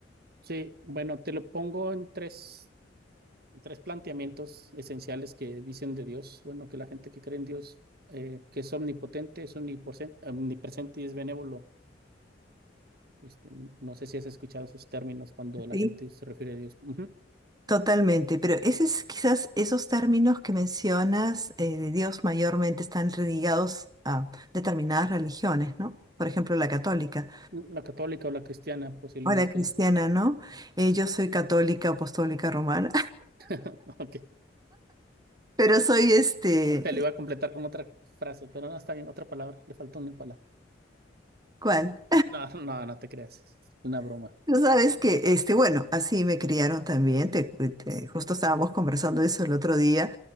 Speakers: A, on the right (about 55°); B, on the right (about 20°).
A: Sí, bueno, te lo pongo en tres, en tres planteamientos esenciales que dicen de Dios. Bueno, que la gente que cree en Dios, eh, que es omnipotente, es omniposen- omnipresente y es benévolo. Este, no sé si has escuchado esos términos cuando la
B: Sí,
A: gente se refiere a Dios. Ujú.
B: totalmente. Pero ese es, quizás esos términos que mencionas eh, de Dios mayormente están ligados a determinadas religiones, ¿no? Por ejemplo, la católica
A: La católica o la cristiana, posiblemente.
B: o la cristiana, ¿no? Eh, yo soy católica apostólica romana,
A: <laughs> Ok.
B: <laughs> pero soy este,
A: Te lo iba a completar con otra frase, pero no está bien, otra palabra. Le faltó una palabra.
B: ¿cuál?
A: No, no, no te creas. Es Una broma.
B: Tú sabes que, este, bueno, así me criaron también, te, te- justo estábamos conversando eso el otro día,